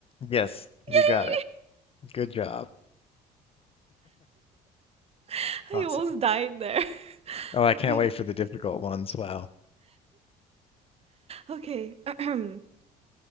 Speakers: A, on the left; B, on the right.
A: Yes, you
B: Yay!
A: got it. Good job.
B: <laughs> I
A: Awesome.
B: almost died there.
A: Oh, I
B: Okay.
A: can't wait for the difficult ones. Wow.
B: Okay. <clears throat>